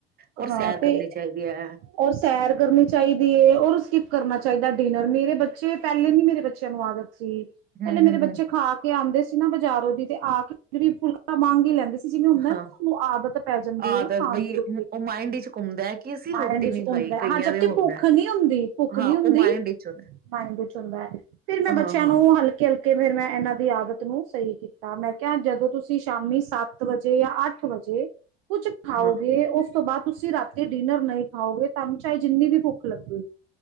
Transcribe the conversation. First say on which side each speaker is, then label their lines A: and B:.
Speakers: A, on the right; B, on the right.
A: ਔਰ
B: ਹਾਂ
A: ਸੈਰ
B: ਤੇ
A: ਕਰਨੀ ਚਾਹੀਦੀ ਐ।
B: ਔਰ ਸੈਰ ਕਰਨੀ ਚਾਹੀਦੀ ਹੈ ਔਰ ਸਕਿਪ ਕਰਨਾ ਚਾਹੀਦਾ ਡਿਨਰ ਮੇਰੇ ਬੱਚੇ ਪਹਿਲੇ ਨੀ ਮੇਰੇ ਬੱਚਿਆਂ ਨੂੰ ਆਦਤ- ਸੀ।
A: ਹਮ
B: ਪਹਿਲੇ ਮੇਰੇ
A: ਹਮ
B: ਬੱਚੇ
A: ਹਮ
B: ਖਾ ਕੇ ਆਂਦੇ ਸੀ। ਕੇ ਬਾਜ਼ਾਰੋਂ ਦੀ ਤੇ ਆ ਕੇ ਫ਼ਿਰ ਵੀ ਫੁਲਕਾ- ਮੰਗ ਹੀ ਲੈਂਦੇ ਸੀ ਜਿਵੇਂ ਹੁੰਦਾ ਨਾ
A: ਹਾਂ
B: ਸਾਨੂੰ ਆਦਤ ਪੈ ਜਾਂਦੀ
A: ਆਦਤ
B: ਹੈ ਨਾ ਖਾਣ
A: ਬਈ
B: ਦੀ ਰੋ-
A: ਉਹ ਮਾਇੰਡ ਵਿੱਚ ਘੁੰਮਦਾ ਹੈ ਕਿ ਅਸੀਂ
B: ਮਾਇਡ
A: ਰੋਟੀ
B: ਵਿੱਚ
A: ਨੀ
B: ਘੁੰਮਦਾ
A: ਖਾਈ ਕਈਆਂ
B: ਐ ਜਬ
A: ਦੇ
B: ਤੱਕ
A: ਹੁੰਦਾ।
B: ਭੁੱਖ ਨੀ ਹੁੰਦੀ ਭੁੱਖ
A: ਹਾਂ
B: ਨੀ ਹੁੰਦੀ,
A: ਉਹ ਮਾਇੰਡ ਵਿੱਚ ਹੁੰਦਾ
B: ਮਾਇੰਡ ਵਿੱਚ ਹੁੰਦਾ। ਫ਼ਿਰ ਮੈਂ
A: ਹਾਂ
B: ਬੱਚਿਆਂ
A: ਹਾਂ
B: ਨੂੰ ਹਲਕੇ ਹਲਕੇ ਫਿਰ ਮੈਂ ਇਹਨਾਂ ਦੀਆਂ- ਆਦਤ ਨੂੰ ਸਹੀ ਕੀਤਾ। ਮੈਂ ਕਿਹਾ ਜਦੋਂ ਤੁਸੀਂ ਸ਼ਾਮੀ ਸੱਤ ਵਜੇ ਜਾਂ ਅੱਠ ਵਜੇ- ਕੁਛ ਖਾਓਗੇ
A: ਹਾਂ।
B: ਉਸ- ਉਸ ਤੋਂ ਬਾਅਦ ਤੁਸੀਂ ਰਾਤੀ ਡਿਨਰ ਨਹੀਂ ਖਾਓਗੇ, ਤੁਹਾਨੂੰ ਚਾਹੇ ਜਿੰਨੀ ਵੀ ਭੁੱਖ ਲੱਗੇ।